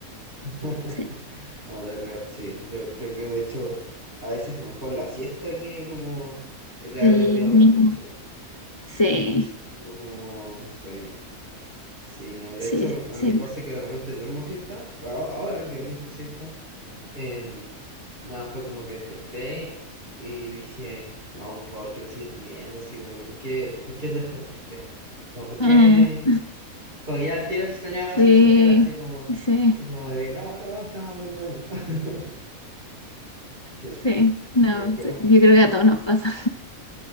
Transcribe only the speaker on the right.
<laughs>
Ahora lo- sí. Yo creo que de hecho a veces es mejor la siesta que como el haber
dormido
por la noche.
Sí, que vivo como sueño. Sí, no, de
hecho a
mí me pasa que de repente duermo siesta. a- Ahora que dormí esta siesta, eh, nada, fue como que desperté y dije, no, por favor, quiero seguir durmiendo. Así como que, ¿por qué, por qué desperté? Como, ¿por qué?
Como que ya al tiro extrañaba la
sensación así como,
como de, no, no, estaba muy bueno. <laughs> Sí,
eh, qué
bueno.